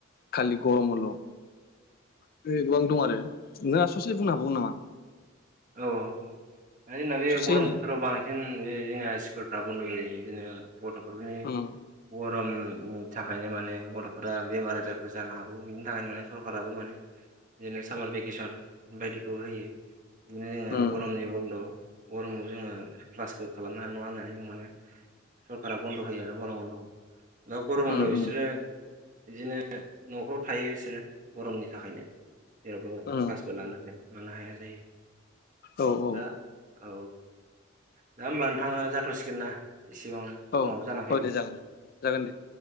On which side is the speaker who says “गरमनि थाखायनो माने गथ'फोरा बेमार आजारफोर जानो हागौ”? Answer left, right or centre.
Right